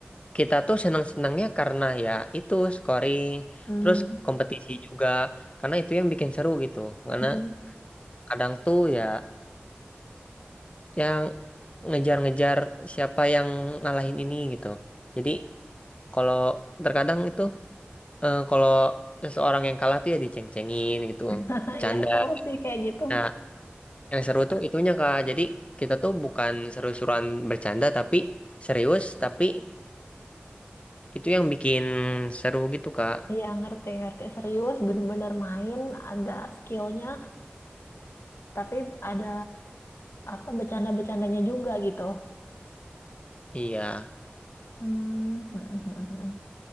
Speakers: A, on the left; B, on the left.
A: kita tuh senang-senangnya karena ya itu scoring,
B: Hmm.
A: terus kompetisi juga, karena itu yang bikin seru gitu. Karena
B: Hmm.
A: kadang tuh ya yang ngejar-ngejar siapa yang ngalahin ini gitu. Jadi kalau terkadang itu eh, kalau seseorang yang kalah tuh ya diceng-cengin gitu,
B: <laughs>
A: bercanda.
B: Iya, seru sih kayak gitu.
A: Nah, yang seru tuh itunya Kak. Jadi kita tuh bukan seru-seruan bercanda tapi serius, tapi itu yang bikin seru gitu Kak.
B: Iya ngerti ngerti serius bener-bener main ada skillnya tapi ada apa bercanda-bercandanya juga gitu.
A: Iya.
B: Hmm. hmm, hmm, hmm, hmm.